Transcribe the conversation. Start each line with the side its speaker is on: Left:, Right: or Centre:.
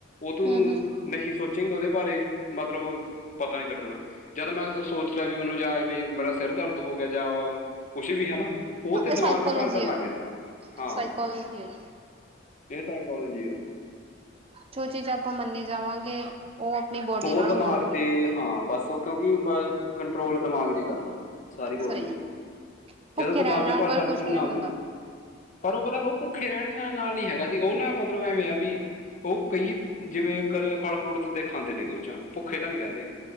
Left: ਔ ਤੂੰ
Right: ਹਮ ਹਮ
Left: ਨਹੀਂ ਸੋਚੇਗ ਉਹਦੇ ਬਾਰੇ। ਮਤਲਬ ਉਹ ਪਤਾ ਨੀ ਲੱਗਣਾ ਜਦ ਮੈਂ ਸੋਚ ਲਿਆ ਵੀ ਮੈਨੂੰ ਜਾ ਨਈ ਬੜਾ ਸਿਰ ਦਰਦ ਹੋ ਗਿਆ ਜਾ ਵਾ ਕੁਛ ਵੀ ਹਨਾ
Right: ਹਮ
Left: ਉਹ ਤੇ
Right: ਇਹ ਸਾਈਕੋਲੋਜੀ
Left: ਦਿਮਾਗ ਤੇ ਭਾਰ ਕਰਨ
Right: ਆ
Left: ਲੱਗ ਗਿਆ ਹਾਂ।
Right: ਸਾਈਕੋਲੋਜੀ ਆ
Left: ਇਹ ਸਾਈਕੋਲੋਜੀ ਆ।
Right: ਜੋ ਚੀਜ਼ ਆਪਾਂ ਮੰਨੀ ਜਾਵਾਂਗੇ ਉਹ ਆਪਣੀ ਬੋਡੀ
Left: ਉਹ
Right: ਨਾਲ
Left: ਦਿਮਾਗ
Right: ਹੋਊਗੀ
Left: ਤੇ ਹਾਂ ਬਸ ਉਹ ਕਿਉਂਕਿ ਕੰਟਰੋਲ ਦਿਮਾਗ ਨੇ ਕਰਨਾ। ਸਾਰੀ ਬੋਡੀ
Right: ਸਹੀ
Left: ਨੂੰ
Right: ਆ ਭੁੱਖੇ
Left: ਜਦੋਂ ਦਿਮਾਗ
Right: ਰਹਿਣ ਨਾਲ
Left: ਤੇ ਭਾਰ
Right: ਪਰ
Left: ਕਰਦਦੇ
Right: ਕੁਛ
Left: ਨਾ
Right: ਨੀ ਹੁੰਦਾ
Left: ਦੀ ਪਰ ਉਹ ਪਤਾ ਉਹ ਭੁੱਖੇ ਰਹਿਣ ਨਾਲ ਨੀ ਹੈਗਾ ਸੀ ਉਹ ਨਾ ਮਤਲਬ ਐਵੇਂ ਆ ਵੀ ਉਹ ਕਈ ਜਿਵੇਂ ਕ ਫਲ ਫਰੂਟ ਤੋਂ ਦੇਖ ਖਾਂਦੇ ਨੇਗੇ ਉਹ ਚਾ ਭੁੱਖੇ ਤਾਂ ਨੀ ਰਹਿੰਦੇ